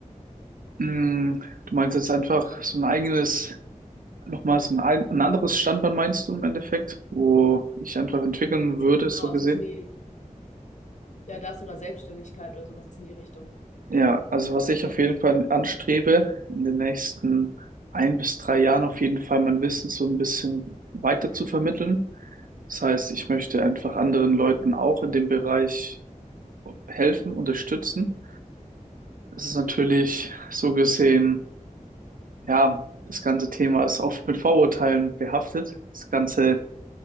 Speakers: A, on the right; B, on the left.
A: Mm, Du meinst jetzt einfach so ein eigenes, nochmal so ein, ein ein anderes Standbein meinst du im Endeffekt, wo ich einfach entwickeln würde,
B: Genau,
A: so
B: ob
A: gesehen?
B: es jetzt in die, ja, das oder Selbstständigkeit oder sowas in die Richtung.
A: Ja, also was ich auf jeden Fall anstrebe, in den nächsten ein bis drei Jahren auf jeden Fall mein Wissen so ein bisschen weiter zu vermitteln. Das heißt, ich möchte einfach anderen Leuten auch in dem Bereich helfen, unterstützen. Das ist natürlich so gesehen, ja, das ganze Thema ist oft mit Vorurteilen behaftet. Das ganze